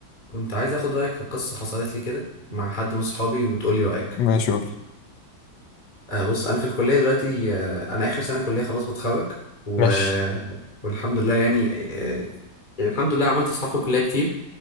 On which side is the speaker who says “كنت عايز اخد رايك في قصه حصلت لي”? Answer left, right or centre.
Left